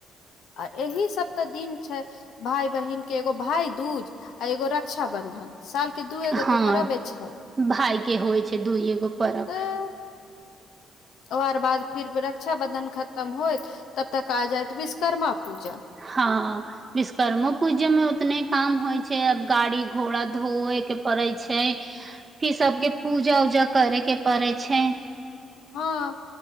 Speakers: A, on the left; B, on the right.
A: आ एहि सब त दिन छै भाय बहिन के एगो भाय दूज आ एगो रक्षा बन्धन साल के दूए गो
B: हँ
A: तो परवे छै
B: भाय के होइ छै दू एगो पर्व
A: एं ओकर बाद फिर रक्षााबन्धन खत्म होइत तब तक आ जायत विश्वकर्मा पूजा
B: हँ विश्वकर्मो पूजे मे ओतने काम होय छैय अब गाड़ी घोड़ा धोय के पड़ै छैय ई सबके पूजा उजा करय के पड़य छै
A: हँ